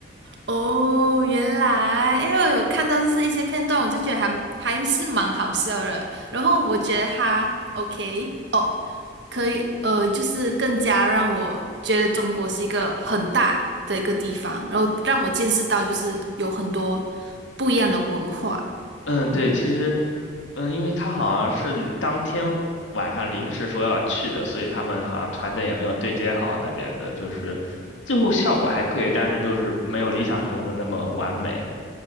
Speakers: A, on the right; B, on the left.
A: 哦，原来，因为我有看到就是一些片段，我就觉得还还是蛮好笑的。然后我觉得他 OK 哦，可以，呃，就是更加让我觉得中国是一个很大的一个地方，然后让我见识到就是有很多不一样的文化。
B: 嗯，对，
A: 嗯
B: 其实。嗯，因为他好像是当天晚上临时说要去的，所以他们好像团队也没有对接好那边的，就是最后效果还可以，但是就是没有理想中的那么完美。